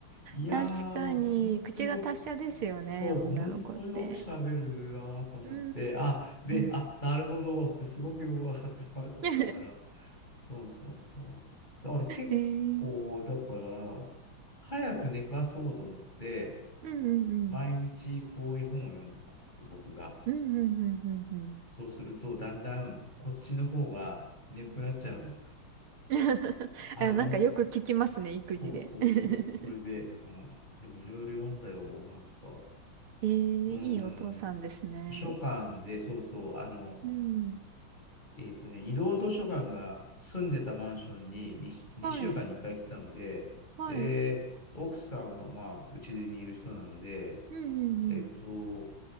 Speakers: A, on the left (about 20°); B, on the right (about 80°).
A: いやー、
B: 確かに、
A: ほんとよく、
B: 口が達者ですよね、
A: そう、
B: 女の子って。
A: ほんとよく喋るなーと思って、
B: うー
A: あ、で、あ、
B: ん。
A: なるほど、ってすごくよくわかったなと思いながら。
B: <laughs> え
A: そうそうそう。だから結構、
B: ー、
A: だから、早く寝かそうと思って、
B: うんうんうん。
A: 毎日こう絵本を読んでたんですよ、僕が。
B: うんうんうんうんうん。
A: そうすると、だんだんこっちの方が眠くなっちゃうの。
B: <laughs>
A: あの、
B: あなんかよく聞きますね、
A: 向
B: 育児で。
A: そうそうそう。
B: <laughs>
A: それで、うん。でもいろいろ読んだよ。なんか、
B: えー、
A: うん。
B: いいお父さんですね。
A: 図書館で、そうそう。あの、
B: うん。
A: えっとね、移動図書館が住んでたマンションに2、2週間に1回来てたので、
B: はい。はい。
A: で、奥さんはまあ、うちにいる人なので、
B: うんうんうん。
A: えっと、